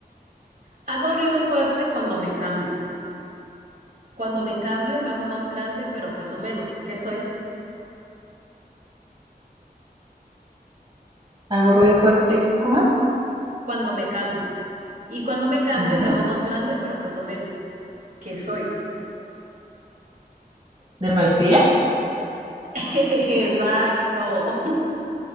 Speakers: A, on the right; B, on the right.
A: Hago ruido fuerte cuando me cambio. Cuando me cambio me hago más grande, pero peso menos. ¿Qué soy?
B: ¿Algo ruido fuerte? ¿Cómo es?
A: Cuando me cambio. Y cuando me cambio
B: Ujú.
A: me hago más grande, pero peso menos. ¿Qué soy?
B: ¿Del maíz pira?
A: <laughs> Exacto.